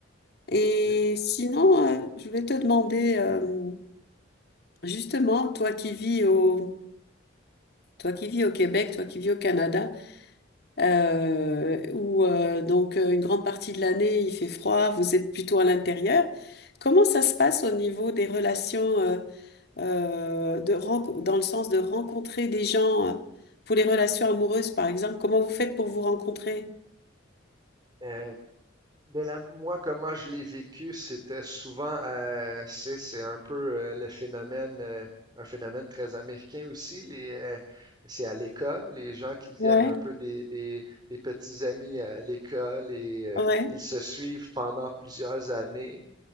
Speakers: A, on the left; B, on the right.
A: Et
B: OK.
A: sinon, euh, je vais te demander. euh, Justement, toi qui vis au, toi qui vis au Québec, toi qui vis au Canada, euh, où euh, donc euh, une grande partie de l'année il fait froid, vous êtes plutôt à l'intérieur. Comment ça se passe au niveau des relations euh, euh, de renco- dans le sens de rencontrer des gens euh, pour les relations amoureuses, par exemple? Comment vous faites pour vous rencontrer?
B: Euh, de la moi, comment je l'ai vécu, c'était souvent, euh, c'est c'est un peu euh, le phénomène, euh, un phénomène très américain aussi. Les, euh, c'est à l'école, les gens qui deviennent
A: Ouais,
B: un peu des, des, des petits amis à l'école et euh,
A: ouais.
B: ils se suivent pendant plusieurs années.